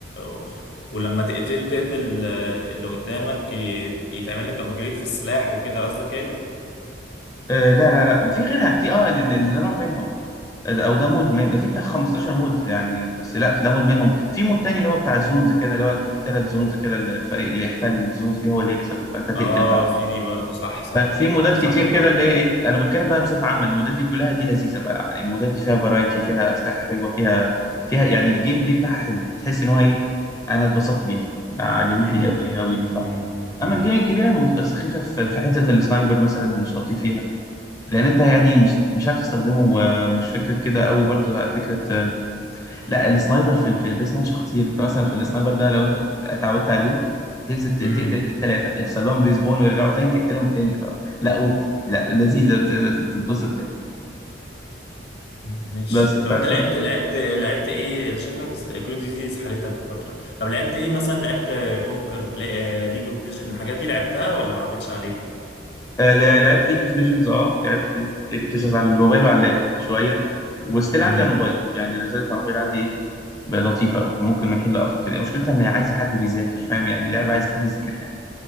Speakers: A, on the left; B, on the left.
A: و... ولما تقتل تقتل آه، اللي قدامك ي- يتعمل لك ابجريد في السلاح وكده قصدك هي دي
B: آه لا لا لا في غيرها كتير اه ان إن- إن ده نوع منهم ده- او ده مود من ده في بتاع 15 مود يعني بس لا في ده مود منهم في مود تاني اللي هو بتاع الزونز كده اللي هو انت في ثلاث زونز كده الفريق اللي يحتل الزونز دي هو اللي يكسب فانت تقتل
A: اه في دي برضو صح صح
B: ففي
A: ايوه
B: مودات
A: انت صح
B: كتير
A: برضو
B: كده اللي هي ايه انا بتكلم بقى بصفه عامه المودات دي كلها دي لذيذه بقى يعني المودات دي فيها فرايتي فيها اسلحه حلوه فيها فيها يعني الجيم بلاي بتاعها حلو بتحس ان هو ايه انا اتبسطت بيها عجبتني
A: امم
B: قوي
A: امم
B: قوي
A: امم
B: بصراحه
A: امم امم إمم،
B: اما الجيم الكبيره مو- سخيفه في في حته السنايبر مثلا مش لطيف فيها لان انت يعني مش مش عارف تستخدمه ومش فكره كده قوي برضو فكره لا السنايبر في ال- في الديس ماتش خطير انت مثلا في السنايبر ده لو انت اتعودت عليه تنزل ت-
A: إمم.
B: تقتل ثلاثه يحصل لهم ريسبون ويرجعوا تاني تقتلهم تاني ف... لا وبت... لا لذيذه بت- بتتبسط يعني
A: ماشي
B: بس فكل
A: طب انت لعبت لعبت لعبت ايه شكلك كول اوف ديوتي سحلتك فتره طب لعبت ايه مثلا لعبت كونكر ليج اوف ليجند الحاجات دي لعبتها ولا ما عدتش عليك
B: آه، لا- لعبت ليج اوف ليجندز اه لعبت ليج اوف ليجندز على الموبايل وعلى اللاب شويه وستيل
A: إمم.
B: عندي على الموبايل يعني نزلت على الموبايل عندي ايه بقى لطيفه ممكن من حين لاخر كده مشكلتها ان هي عايزه حد بيذاكر فاهم يعني لعبه عايزه حد يذاكر لها